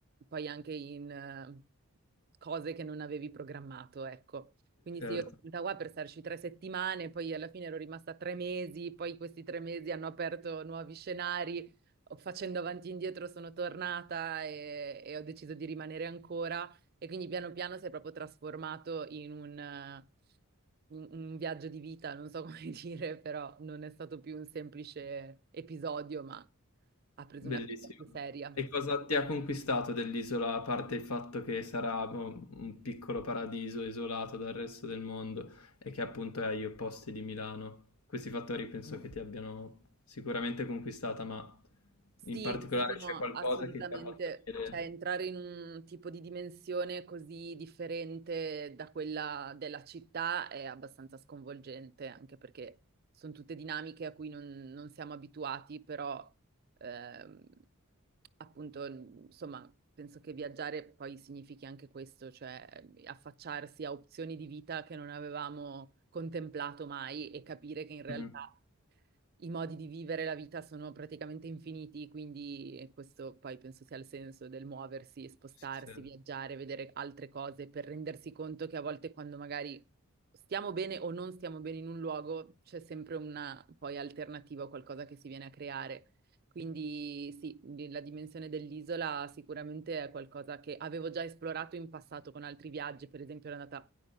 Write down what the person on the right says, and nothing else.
poi anche in eh, cose che non avevi programmato, ecco. Quindi
sì, io ero venuta qua per starci tre settimane, poi alla fine ero rimasta tre mesi, poi questi tre mesi hanno aperto nuovi scenari, facendo avanti e indietro sono tornata e e ho deciso di rimanere ancora. E quindi piano piano si è proprio trasformato in un, eh, un- un viaggio di vita, non so come <laughs> dire, però non è stato più un semplice episodio, ma ha preso
una piega più seria.
Sì,
sì, sì, no,
assolutamente.
Cioè, entrare in un tipo di dimensione così differente da quella della città è abbastanza sconvolgente, anche perché sono tutte dinamiche a cui non, non siamo abituati, però ehm, appunto, insomma, penso che viaggiare poi significhi anche questo, cioè affacciarsi a opzioni di vita che non avevamo contemplato mai e capire che in realtà
i modi di vivere la vita sono praticamente infiniti, quindi questo poi penso sia il senso del muoversi, spostarsi,
viaggiare, vedere altre cose per rendersi conto che a volte quando magari stiamo bene o non stiamo bene in un luogo, c'è sempre una poi alternativa o qualcosa che si viene a creare. Quindi sì, la dimensione dell'isola sicuramente è qualcosa che avevo già esplorato in passato con altri viaggi, per esempio ero andata